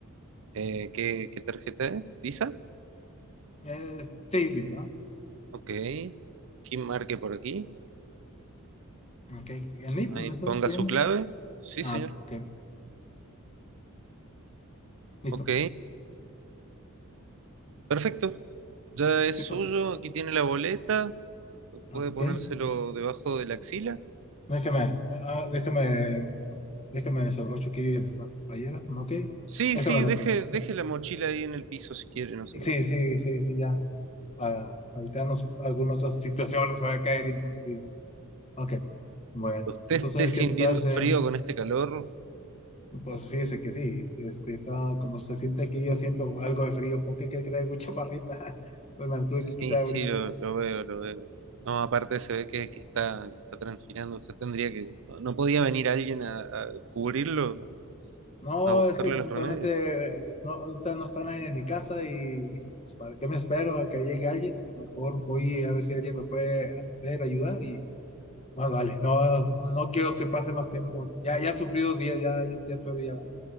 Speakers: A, on the right; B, on the left.
A: Eh, ¿qué, qué tarjeta es? ¿Visa?
B: Es, sí, Visa.
A: Ok. ¿Quién marque por aquí?
B: Ok. ¿El NIP
A: Ahí
B: me está
A: ponga
B: pidiendo?
A: su clave. Sí,
B: Ah,
A: señor.
B: ok. Listo.
A: Ok. Perfecto. Ya es
B: Sí, pues.
A: suyo. Aquí tiene la boleta.
B: Ok.
A: Puede ponérselo debajo de la axila.
B: Déjame, ah, déjame, me lo- déjame desabrocho aquí esta playera. Ok.
A: Sí,
B: Déjame
A: sí,
B: lo
A: deje,
B: pongo.
A: deje la mochila ahí en el piso si quiere, no se
B: Sí,
A: preocupe.
B: sí, sí, sí, ya. Para evitarnos algunas otras situaciones, se va a caer, entonces sí. Ok. Bueno,
A: ¿Usted
B: entonces
A: esté
B: hay
A: sintiendo
B: que esperarse.
A: frío con este calor?
B: Pues fíjese que sí, este, estaba como se siente aquí, yo siento algo de frío. ¿Por qué crees que traigo chaparrita? <laughs> Pues me la tuve
A: Sí,
B: que quitar
A: sí,
B: ahorita.
A: lo, lo veo, lo veo. No, aparte se ve que, que está, que está transpirando. Usted tendría que... ¿No no podía venir alguien a, a cubrirlo?
B: No,
A: A buscarle
B: es que
A: los
B: justamente
A: remedios.
B: no, ahorita no está nadie en mi casa y dije, pues, ¿para qué me espero a que llegue alguien? Pues mejor voy a ver si alguien me puede atender, ayudar y más vale. No, no quiero que pase más tiempo. Ya, ya sufrí dos días, ya, ya, ya espero ya